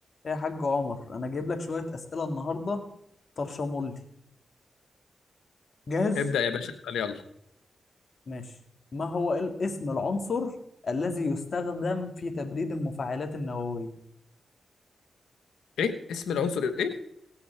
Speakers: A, on the left; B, on the left.
A: يا حاج عمر انا جايب لك شوية أسئلة النهاردة طرشمولي جاهز
B: ابدأ يا باشا اسأل يلا
A: ماشي ما هو ال- اسم العنصر الذي يستخدم في تبريد المفاعلات النووية
B: ايه اسم العنصر ايه